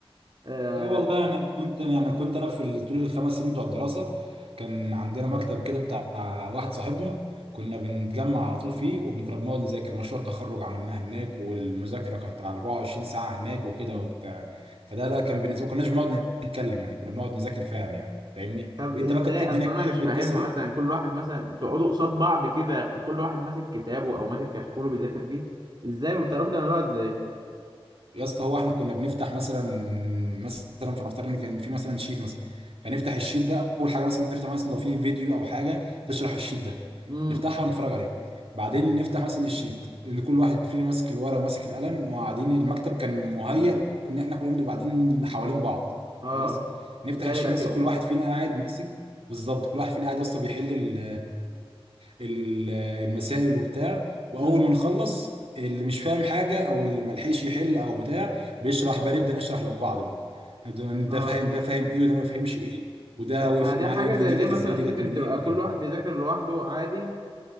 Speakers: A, on the right (about 45°); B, on the right (about 75°).
A: آه،
B: لا والله يعني كنت يعني كنت انا في ال- طول الخمس سنين بتوع الدراسه كان عندنا مكتب كده بتاع واحد صاحبنا كنا بنتجمع على طول فيه وكنا بنقعد نذاكر مشروع التخرج عملناه هناك والمذاكره كانت على 24 ساعه هناك وكده وبتاع فده لا كان بالنسبه ما كناش بنقعد نتكلم يعني كنا بنقعد نذاكر فعلا يعني فاهمني
A: طب ازاي
B: انت بقى كانت إيه الدنيا
A: اصل
B: بتحب
A: انا مش فاهمها
B: القصه دي
A: مثلا كل واحد مثلا بتقعدوا قصاد بعض كده وكل واحد ماسك كتابه او ماسك كشكوله بيذاكر فيه ازاي ما بتعرفوا تعملوها ازاي
B: يا اسطى هو احنا كنا بنفتح مثلا مثلا فنفترض ان كان في مثلا شيت مثلا فنفتح الشيت ده اول حاجه مثلا نفتح مثلا لو في فيديو او حاجه تشرح الشيت ده
A: امم
B: نفتحها ونتفرج عليها بعدين نفتح مثلا الشيت ان كل واحد فينا ماسك الورقه وماسك القلم وقاعدين المكتب كان مهيأ ان احنا كلنا نبقى قاعدين حوالين بعض
A: اه
B: خلاص نفتح
A: دايره
B: الشيت
A: كده
B: يا اسطى كل واحد فينا قاعد ماسك بالظبط كل واحد فينا قاعد يا اسطى بيحل ال- ال- المسائل وبتاع واول
A: امم
B: ما نخلص اللي مش فاهم حاجه او اللي ما لحقش يحل او بتاع بيشرح بقى نبدا نشرح لبعض بقى نبدأ
A: اه
B: ده فاهم ده فاهم ايه وده ما فهمش ايه وده
A: طب
B: وقفت
A: ما دي
B: معاه
A: حاجه
B: ايه دي
A: زي
B: دي
A: دي
B: جت
A: مثلا
B: ازاي ودي
A: ممكن
B: جت منين
A: تبقى
B: وكده
A: كل واحد بيذاكر لوحده عادي